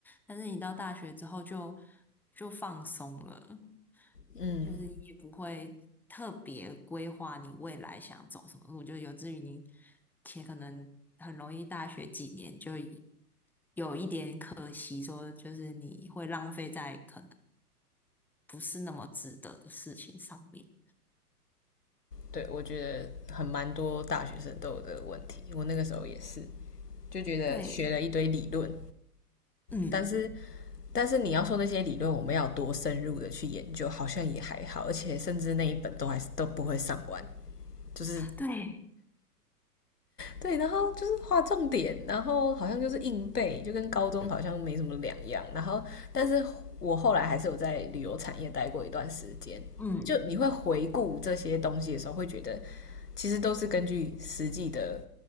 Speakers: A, in the centre; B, on the left (about 80°).
A: 但是你到大学之后就就放松了，
B: 嗯，
A: 就是也不会特别规划你未来想走什么路，就有至于你且可能很容易大学几年就有一点可惜，说就是你会浪费在可能。不是那么值得的事情上面。
B: 对，我觉得很蛮多大学生都有这个问题。我那个时候也是，就觉得学了一堆理论，
A: 对，嗯，嗯
B: 但是但是你要说那些理论，我们要多深入的去研究，好像也还好，而且甚至那一本都还是都不会上完，就是
A: 对，
B: 对，然后就是画重点，然后好像就是硬背，就跟高中好像没什么两样。然后，但是我后来还是有在旅游产业待过一段时间。
A: 嗯。
B: 就你会回顾这些东西的时候，会觉得其实都是根据实际的